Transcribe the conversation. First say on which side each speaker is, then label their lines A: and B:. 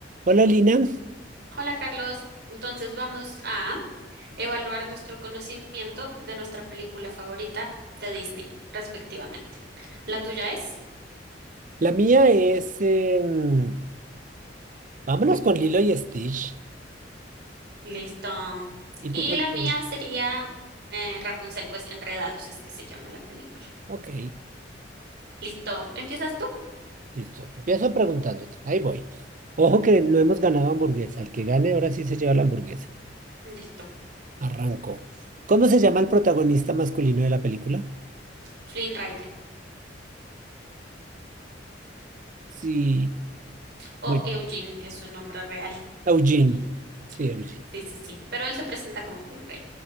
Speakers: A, on the right; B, on the right.
A: Hola Lina,
B: Hola Carlos, entonces vamos a evaluar nuestro conocimiento de nuestra película favorita de Disney, respectivamente. La tuya es,
A: la mía es... em, vámonos con Lilo y Stitch.
B: listo.
A: ¿Y
B: Y
A: tú cuál
B: la mía
A: quieres?
B: sería eh, Rapunzel, pues Enredados es que se llama la película.
A: Ok,
B: Listo, ¿empiezas tú?
A: listo. Empiezo preguntándote. Ahí voy. Ojo que no hemos ganado hamburguesa. El que gane ahora sí se lleva la hamburguesa.
B: Listo,
A: Arranco. ¿Cómo se llama el protagonista masculino de la película?
B: Flynn Rider
A: Sí,
B: o
A: muy bien.
B: Eugene es su nombre real.
A: Eugene.
B: Eugene,
A: Sí, Eugene.
B: sí, sí, sí, pero él se presenta como Flynn Rider.